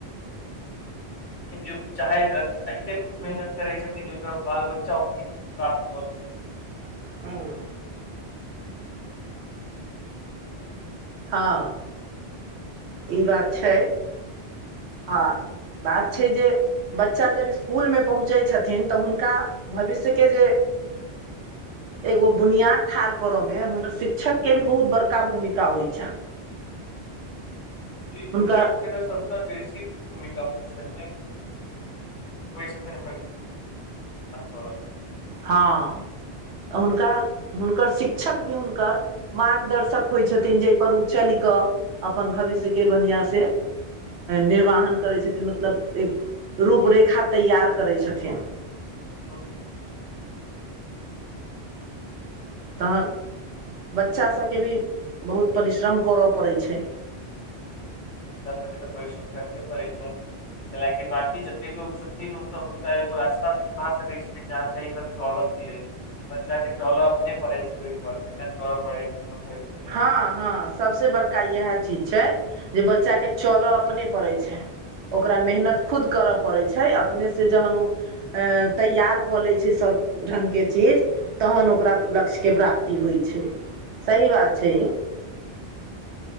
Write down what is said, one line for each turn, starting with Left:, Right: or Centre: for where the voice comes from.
Left: जे चाहैत रहन अ मेहनत करैत छथिन <unintelligible> बाल बच्च ओी प्रापली <unintelligible>
Right: हूँ हँ ई बात छै हँ बात छै जे बच्चा जब स्कूलमे पहुँचै छथिन तऽ हुनका भविष्यके जे एगो बुनियाद ठाढ़ करऽमे हुनकर शिक्षकके भी बहुत बड़का भूमिका होइ छैन
Left: जी शिक्षक
Right: हुनकर
Left: सब बेसी भूमिका होइ छैन <unintelligible> <unintelligible>
Right: हँ हुनका हुनकर शिक्षक भी हुनकर मार्गदर्शक होइ छथिन जाहिपर ओ चलि कऽ अपन भविष्यके बढ़िआँ से निर्वाहन करैत छथिन मतलब एक रूपरेखा तैयार करैत छथिन
Left: <inaudible>
Right: तहन बच्चाभके भी बहुत परिश्रम करअ पड़ै छै
Left: बच्चा सभके तऽ परिश्रम करहे पड़ै छै कैय ल कि बाकी जते लोग छथिन ओ सब हुनका एगो रास्ता देखा सकै छै <unintelligible> बच्चा के चलअ अपने परै छै ओइ पर मेहनत करअ परै छै <unintelligible>
Right: हँ हँ सबसँ बड़का यैह चीज छै जे बच्चा के चलऽ अपने पड़ै छै ओकरा मेहनत खुद करऽ पड़ै छै अपनेसँ जहन उ तैयार कऽ लैऽ छै सभ ढंग के चीज तहन ओकरा लक्ष्य के प्राप्ति होइ छै सही बात छै ई